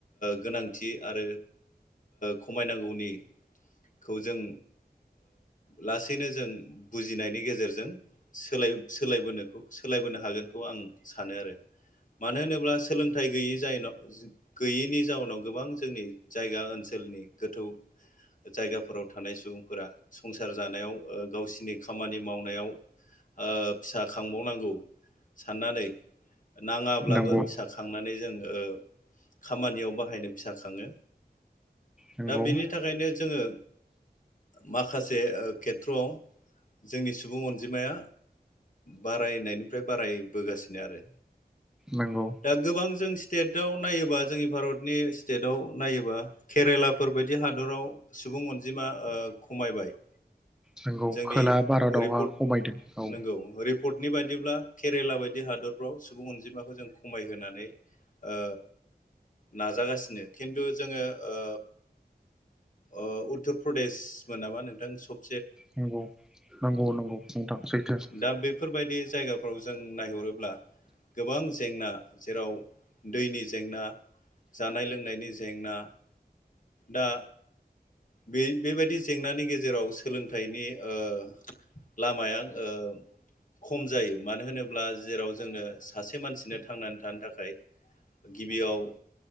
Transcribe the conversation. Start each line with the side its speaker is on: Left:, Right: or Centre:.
Left: गोनांथि आरो खमायनांगौनिखौ जों लासैनो जों बुजिनायनि गेजेरजों सोल सोलायबोनो खौ सोलायबोनो हागोनखौ आं सानो आरो मानो होनोब्ला सोलोंथाइ गैयै जनाव गैयिनि जाउनाव गोबां जोंनि जायगा ओनसोलनि गोथौ जायगाफोराव थानाय सुबुंफोरा संसार जानायाव ओ गावसिनि खामानि मावनायाव ओ फिसा खांबावनांगौ साननानै नाङाब्लाबो
Centre: नंगौ
Left: फिसा खांनानै जों ओ खामानियाव बाहायनो फिसा खाङो।
Centre: नंगौ
Left: दा बेनि थाखायनो जोङो माखासे बे ओ खेथ्र'आव जोंनि सुबुं अनजिमाया बारायनायनिफ्राय बारायबोगासिनो आरो
Centre: नंगौ
Left: दा गोबां जों स्टेट आव नायोबा जोंनि भारतनि स्टेटआव नायोबा केरेलाफोर बायदि हादराव सुबुं अनजिमा ओ खमायबाय।
Centre: नोंगौ
Left: जोंनि
Centre: खोला भारतावहा
Left: रिपर्ट
Centre: खमायदों औ।
Left: नंगौ रिपर्टनि बायदिब्ला केरेला बायदि हादरफ्राव सुबुं अनजिमाखौ जों खमायहोनानै ओ नाजागासिनो खिन्थु जोङो ओ ओ उत्तर प्रदेश मोन नामा नोंथां सब
Centre: नोंगौ नंगौ नंगौ नोंथां सैथो।
Left: दा बेफोरबायदि जायगाफोराव जों ना <unintelligible> हरोब्ला गोबां जेंना जेराव दैनि जेंना जानाय लोंनायनि जेंना दा बे-बेबायदि जेंनानि गेजेराव सोलोंथाइनि ओ लामाया ओ खम जायो मानो होनोब्ला जेराव जोंनो सासे मानसिनो थांनानै थानो थाखाय गिबियाव